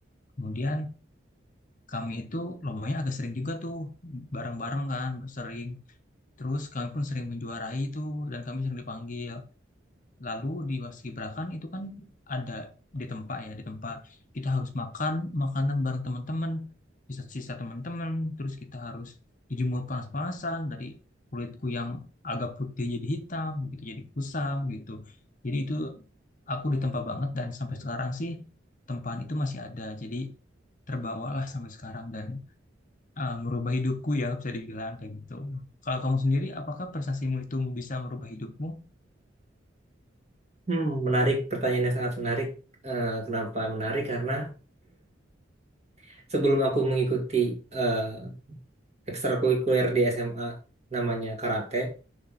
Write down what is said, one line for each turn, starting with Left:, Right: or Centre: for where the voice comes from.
Left: Kemudian kami itu lombanya agak sering juga tuh bareng-bareng kan sering. Terus kami pun sering menjuarai tuh dan kami sering dipanggil. Lalu di Wasibrakan itu kan ada di tempat ya, di tempat kita harus makan makanan bareng teman-teman, sisa-sisa teman-teman, terus kita harus dijemur panas-panasan dari kulitku yang agak putih jadi hitam, gitu jadi kusam gitu. Jadi itu aku ditempa banget dan sampai sekarang sih tempaan itu masih ada. Jadi terbawalah sampai sekarang dan eh, merubah hidupku ya bisa dibilang kayak gitu. Kalau kamu sendiri, apakah prestasimu itu bisa merubah hidupmu?
Right: Hmm, menarik, pertanyaan yang sangat menarik. Eh, kenapa menarik? Karena <clears throat> sebelum aku mengikuti eh ekstrakurikuler di SMA namanya karate,